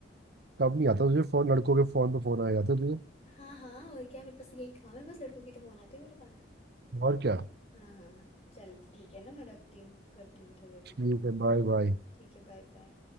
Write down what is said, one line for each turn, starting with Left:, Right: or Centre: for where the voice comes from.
Right: कब नहीं आता तुझे फोन लड़कों के फोन पे फोन आ जाते हैं तुझे
Left: हाँ हाँ और क्या मेरे पास यही काम है बस लड़कों की तो फोन आते हैं मेरे पास
Right: और क्या
Left: हाँ हाँ चल ठीक है ना मैं रखती हूँ करती हूँ भी थोड़ी देर में
Right: ठीक है बाय बाय
Left: ठीक है बाय बाय